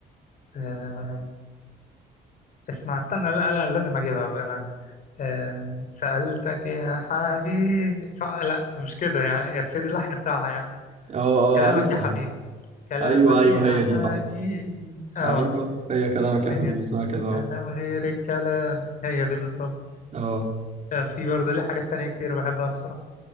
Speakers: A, on the left; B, on the right.
A: آه، اسمع استنى لا لا لازم أجيبها كمان آه، سألتك يا حبيبي صح لا مش كده يعني يا سيدي اللحن بتاعها يعني
B: أه أه
A: كلامك
B: عارفها
A: يا حبيبي كلامك
B: أيوه أيوه
A: يا
B: هي دي
A: حبيبي
B: صح
A: اه
B: أيوه هي كلامك يا
A: هي
B: حبيبي
A: دي.
B: اسمها كده أه
A: كلام غير الكلام هي دي بالظبط
B: أه
A: آه، في برضه ليه حاجات تانية كتير بحبها بصراحة